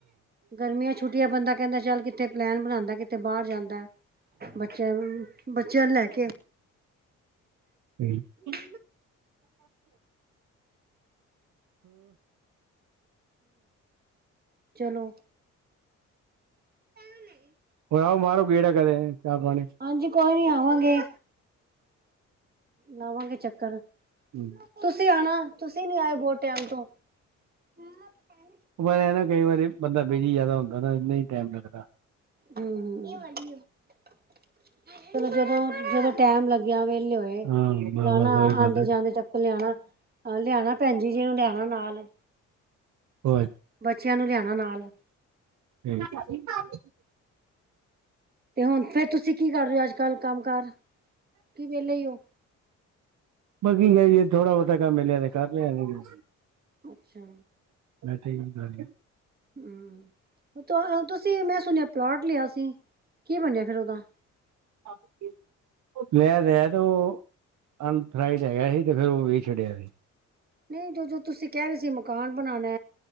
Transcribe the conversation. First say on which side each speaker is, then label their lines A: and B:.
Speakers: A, on the right; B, on the right.
A: ਗਰਮੀਆਂ ਚ ਛੁੱਟੀਆਂ ਬੰਦਾ ਕੈਂਦਾ ਚੱਲ ਕਿੱਥੇ ਪਲੈਨ ਬਣਾਂਦਾ, ਕਿੱਥੇ ਬਾਰ ਜਾਂਦਾ। ਬੱਚਿਆਂ ਨੂੰ, ਬੱਚਿਆਂ ਨੂੰ ਲੈ ਕੇ।
B: <inaudible>
A: <inaudible> ਹੂੰ ਚਲੋ <inaudible>
B: ਹੋਰ ਆਓ ਮਾਰ ਗੇੜਾ ਘਰੇ ਚਾਹ-ਪਾਣੀ
A: ਹਾਂਜੀ, ਕੋਈ ਨੀ ਆਵਾਂਗੇ। ਲਾਵਾਂਗੇ ਚੱਕਰ।
B: ਹਮ <unintelligible>
A: ਤੁਸੀਂ ਆਣਾ, ਤੁਸੀਂ ਨੀ ਆਏ, ਬਹੁਤ ਟਾਈਮ ਤੋਂ। ਮਾਮਾ ਪੈਨ।
B: ਪਰ ਨਾ ਕਈ ਵਾਰੀ ਬੰਦਾ ਬਿਜੀ ਜ਼ਿਆਦਾ ਹੁੰਦਾ ਨਾ। ਨਹੀ ਟਾਈਮ ਲੱਗਦਾ।
A: ਹਮ ਜਦੋਂ <unintelligible> ਜਦੋਂ ਟੈਮ ਲੱਗਿਆ ਵਹਲੇ ਹੋਏ,
B: ਹਾਂ
A: ਲਾਣਾ
B: ਬਸ ਉਹੀ ਗੱਲ
A: ਆਦੇ-
B: ਹੈ
A: ਜਾਂਦੇ ਚੱਕਰ ਲਿਆਉਣਾ। ਆਹ ਲਿਆਣਾ, ਭੈਣਜੀ ਜੀ ਨੂੰ ਲਿਆਣਾ ਨਾਲ।
B: ਹੋਰ <unintelligible>
A: ਬੱਚਿਆਂ ਨੂੰ ਲਿਆਣਾ ਨਾਲ।
B: <unintelligible>
A: ਤੇ ਹੁਣ ਫੇਰ ਤੁਸੀਂ ਕੀ ਕਰ ਰਹੇ ਹੋ, ਅੱਜ ਕੱਲ ਕੰਮ ਕਾਰ? ਕੀ ਵੇਲੇ ਹੋ?
B: ਬਾਕੀ ਇਹ ਹੈ ਥੋੜ੍ਹਾ ਬਹੁਤਾ ਕੰਮ ਮਿਲਿਆ ਤੇ ਕਰ ਲਿਆ਼ ਨਹੀ ਤੇ।
A: ਅੱਛਾ।
B: ਮੈਂ ਤੇ ਹੀ ਬ ਆ <unintelligible>
A: ਹਮ, ਤੁਸੀਂ ਮੈਂ ਸੁਣਿਆ ਪਲੋਟ ਲਿਆ ਸੀ ਕੀ ਬਨਿਆ ਫਿਰ ਉਹਦਾ?
B: ਸ <unintelligible> ਲੈ ਲੈਂਦੋ, ਅੰਧਰਾਈਡ ਹੈਗਾ ਹੀ। ਤੇ ਫਿਰ ਉਹ ਵੇਚ ਛੱਡਿਆ ਸੀ।
A: ਨਹੀਂ ਜੋ ਜੋ ਤੁਸੀਂ ਕਹਿ ਰਹੇ ਸੀ। ਮਕਾਨ ਬਣਾਣਾ